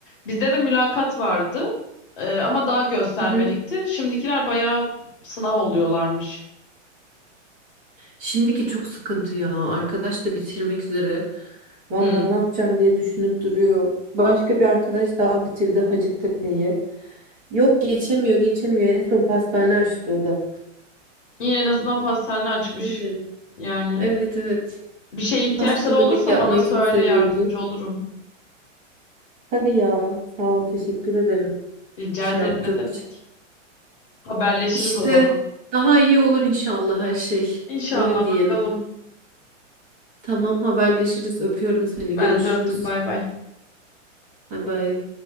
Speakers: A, on the left; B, on the right.
A: Bizde de mülakat vardı e, ama daha göstermelikti.
B: Hı hı.
A: Şimdikiler bayağı sınav oluyorlarmış.
B: Şimdiki çok sıkıntı ya. Arkadaş da bitirmek üzere. Vallahi
A: Hmm.
B: ne yapacağım diye düşünüp duruyor. Başka bir arkadaş daha bitirdi Hacettepe'yi. Yok geçemiyor geçemiyor. En son pastane açtı o da.
A: Yine en azından pastane açmış
B: Öyle.
A: yani.
B: Evet evet.
A: Bir şeye ihtiyaçları
B: Pasta börek
A: olursa
B: yapmayı
A: bana söyle
B: çok seviyordu.
A: yardımcı olurum.
B: Tabii ya. Sağ ol. Teşekkür ederim.
A: Rica
B: Şey
A: ederim
B: yaptığın
A: ne demek.
B: için.
A: Haberleşiriz
B: İşte
A: o zaman.
B: daha iyi olur inşallah her şey.
A: İnşallah
B: Öyle diyelim.
A: bakalım.
B: Tamam haberleşiriz. Öpüyorum seni.
A: Ben
B: Görüşürüz.
A: de öptüm bay bay.
B: Bay bay.